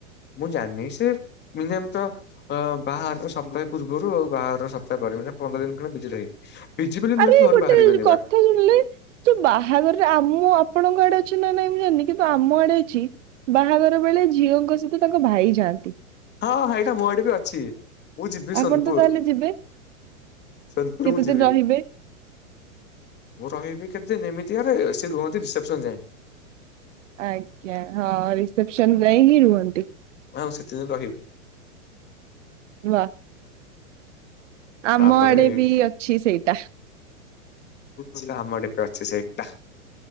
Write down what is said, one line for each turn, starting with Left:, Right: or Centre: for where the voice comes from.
Left: ମୁଁ ଜାଣିନି ସେ ମିନିମ ତ ବାହାର ସପ୍ତାହେ ପୂର୍ବରୁ ବାହାର ସପ୍ତାହେ ପରେ ପନ୍ଦର ଦିନ କାଳ ବିଜି ରହିବି। ବିଜି ବୋଲି ନୁହେଁ
Right: ଆରେ
Left: କି ଘରୁ
Right: ଗୋଟେ
Left: ବାହାରିବିନି
Right: କଥା
Left: ବା
Right: ଶୁଣିଲେ ଯଉ ବାହାଘରରେ ଆମ ଆପଣଙ୍କ ଆଡେ ଅଛି ନା ନାଇଁ ମୁଁ ଜାଣିନି କିନ୍ତୁ ଆମ ଆଡେ ଅଛି, ବାହାଘର ବେଳେ ଝିଅଙ୍କ ସହିତ ତାଙ୍କ ଭାଇ ଯାଆନ୍ତି।
Left: ହଁ ଏଇଟା ମୁଁ ଏଠି ବି ଅଛି। ମୁଁ ଯିବି ସୋନପୁର,
Right: ଆପଣ ତ ତାହେଲେ ଯିବେ
Left: ସୋନପୁର
Right: କେତେ
Left: ମୁଁ
Right: ଦିନ
Left: ଯିବି।
Right: ରହିବେ?
Left: ମୁଁ ରହିବି କେତେ ଏମିତି ଆରେ ସେ ରୁହନ୍ତି ରିସେପସନ ଯାଏ।
Right: ଆଜ୍ଞା ହଁ ରିସେପସନ ରେ ହିଁ ରୁହନ୍ତି।
Left: ହଁ ମୁଁ ସେତେଦିନ ରହିବି।
Right: <unintelligible> ଆମ
Left: ତାପରେ
Right: ଆଡେ ବି ଅଛି ସେଇଟା।
Left: ସେଟା ଆମ ଆଡେ ବି ଅଛି ସେଇଟା।